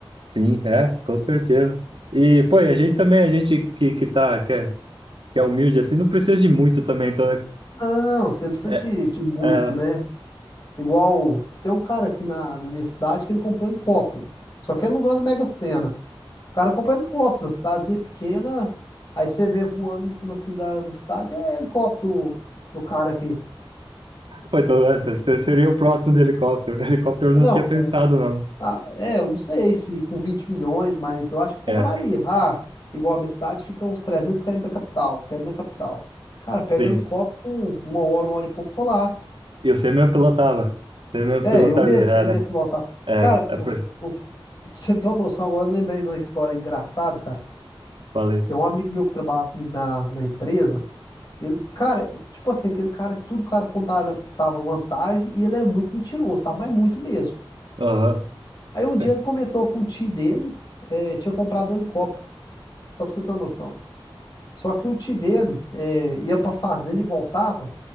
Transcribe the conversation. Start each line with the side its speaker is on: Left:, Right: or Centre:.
Right: Sim, é, com certeza. E, pô, e
Left: Hum.
Right: a gente também, a gente que, que tá, que é, que é humilde assim, não precisa de muito também, então, né,
Left: Não, você não precisa
Right: é,
Left: de, de muito,
Right: é,
Left: né? Igual, tem um cara aqui na, na minha cidade que ele comprou um helicóptero. Só que ele não ganha na Mega Sena. O cara comprou um helicóptero, uma cidadezinha pequena. Aí você vê voando em cima assim da, da cidade, é helicóptero do, do cara aqui.
Right: pô, então é, você seria o próximo do helicóptero. <laughs> helicóptero eu
Left: É,
Right: não
Left: Não,
Right: tinha
Left: com,
Right: pensado, não.
Left: ah, é, eu não sei se com 20 milhões, mas eu acho que eu compraria.
Right: É,
Left: Ah, igual a minha cidade fica uns trezentos km da capital, quero ir na capital. Cara, pega
Right: sim.
Left: helicóptero, com uma hora, uma hora e pouco, tô lá.
Right: E você mesmo pilotava. Você mesmo
Left: É,
Right: pilotaria,
Left: eu mesmo,
Right: é,
Left: pra ele
Right: né?
Left: deplotar.
Right: É,
Left: Cara,
Right: é,
Left: eu,
Right: por-
Left: eu, pra você ter uma noção agora, eu lembrei de uma história engraçada, cara.
Right: falei.
Left: Tem um amigo meu que trabalhava comigo na, na empresa. Ele, cara, tipo assim, aquele cara que tudo cara contava tava vantagem e ele era muito mentiroso, sabe? Mas muito mesmo.
Right: Aham.
Left: Aí um dia
Right: <laughs>
Left: ele comentou que um tio dele eh, tinha comprado um helicóptero, só pra você ter uma noção. Só que o tio dele eh, ia pra fazenda e voltava,